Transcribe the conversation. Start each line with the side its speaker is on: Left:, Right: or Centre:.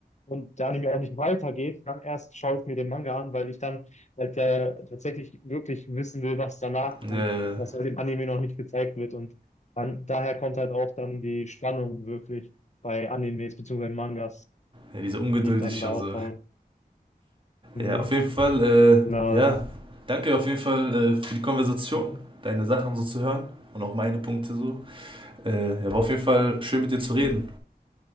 Left: und der Anime auch nicht weitergeht, dann erst schaue ich mir den Manga an, weil ich dann halt der tatsächlich wirklich wissen will, was danach kommt,
Right: Ja, ja, ja,
Left: was ja dem Anime noch nicht gezeigt wird und dann, daher kommt halt auch dann die Spannung wirklich bei Animes beziehungsweise Mangas,
Right: Ja, diese ungeduldig
Left: die ich dann da
Right: und
Left: aufbaue.
Right: so.
Left: Mhm.
Right: Ja, auf jeden Fall, äh,
Left: Na,
Right: ja,
Left: das ist,
Right: danke auf jeden Fall äh, für die Konversation,
Left: mhm.
Right: deine Sachen so zu hören und auch meine Punkte so. Äh, ja, war auf jeden Fall schön mit dir zu reden.